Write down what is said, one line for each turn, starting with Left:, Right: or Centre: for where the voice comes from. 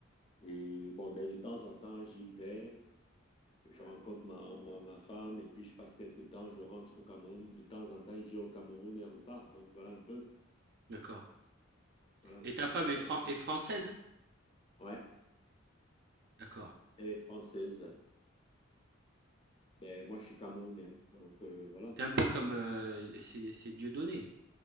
Left: Et bon, ben, de temps en temps, j'y vais, je rencontre ma, ma, ma femme et puis je passe quelques temps, je rentre au Cameroun. De temps en temps, j'ai au Cameroun et repars. Donc voilà un peu,
Right: D'accord.
Left: voilà un
Right: Et
Left: peu
Right: ta
Left: comment
Right: femme est,
Left: ça
Right: fran-
Left: se passe.
Right: est française?
Left: Ouais,
Right: D'accord.
Left: elle est française. Ben, moi, je suis camerounais. Donc euh, voilà.
Right: T'es un peu comme, euh, c'est, c'est Dieudonné,